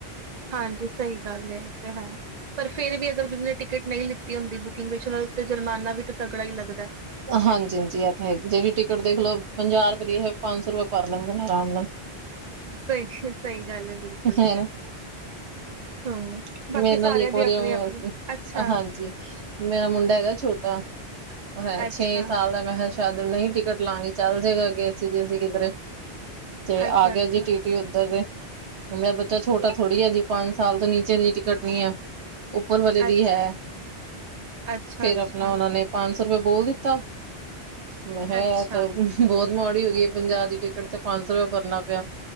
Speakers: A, on the right (about 40°); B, on the right (about 80°).
A: ਹਾਂਜੀ ਸਹੀ ਗੱਲ ਏ ਰੇਹਾ। ਪਰ ਫੇਰ ਵੀ ਅਗਰ ਕਿਸੇ ਨੇ ਟਿਕਟ ਨਹੀਂ ਲਈ ਹੁੰਦੀ ਬੁਕਿੰਗ ਵਿੱਚ, ਉਹਨਾਂ ਤੇ ਜੁਰਮਾਨਾ ਵੀ ਤਾਂ ਤਗੜਾ ਹੀ ਲੱਗਦਾ।
B: ਹਾਂਜੀ, ਹਾਂਜੀ, ਇਹ ਤਾਂ ਹੈ। ਜਿਹੜੀ ਟਿਕਟ ਦੇਖ ਲਓ, ਪੰਜਾਹ ਰੁਪਏ ਦੀ ਐ, ਪੰਜ ਸੌ ਰੁਪਏ ਭਰ ਲੈਂਦੇ ਨੇ ਆਰਾਮ ਨਾਲ।
A: ਸਹੀ ਗੱਲ ਐ, ਬਿਲਕੁਲ।
B: ਹਨਾ
A: ਹੂੰ, ਬਾਕੀ
B: ਮੇਰੇ
A: ਸਾਰਿਆਂ
B: ਨਾਲ ਇੱਕ
A: ਦੀ
B: ਵਾਰੀ
A: ਆਪਣੀ
B: ਐਵੇਂ
A: ਆਪਣੀ,
B: ਹੋਇਆ ਸੀ
A: ਅੱਛਾ।
B: ਹਾਂਜੀ। ਮੇਰਾ ਮੁੰਡਾ ਹੈਗਾ ਛੋਟਾ ਹੈ
A: ਅੱਛਾ
B: ਛੇ ਸਾਲ ਦਾ। ਮੈਂ ਕਿਹਾ, ਚਲੋ ਨਹੀਂ ਟਿਕਟ ਲਾਵਾਂਗੇ, ਚੱਲ ਜਾਏਗਾ ਅੱਗੇ ਅਸੀਂ ਜੇ ਕਿੱਧਰੇ। ਤੇ
A: ਅੱਛਾ
B: ਆ ਗਿਆ
A: ਅੱਛਾ
B: ਜੀ, ਟੀਟੀ। ਕਿ ਔਧਰ ਤਾਂ ਮੇਰਾ ਬੱਚਾ ਛੋਟਾ ਥੋੜ੍ਹੀ ਹੈ ਜੀ, ਪੰਜ ਸਾਲ ਤੋਂ ਹੇਠਾਂ ਦੀ ਟਿਕਟ ਨੀ ਐ। ਉੱਪਰ ਵਾਲੇ ਦੀ
A: ਅੱਛਾ
B: ਹੈ।
A: ਅੱਛਾ
B: ਫੇਰ
A: ਅੱਛਾ
B: ਆਪਨਾ ਉਨਾਂ ਨੇ। ਪੰਜ ਸੌ ਰੁਪਏ ਬੋਲ ਦਿੱਤਾ ਮੈਂ
A: ਅੱਛਾ
B: ਤਾਂ ਕੀ। ਬਹੁਤ ਮਾੜੀ ਹੋ ਗਈ ਐ, ਪੰਜਾਹ ਦੀ ਟਿਕਟ ਤੇ ਪੰਜ ਸੌ ਰੁਪਏ ਭਰਨਾ ਪਿਆ।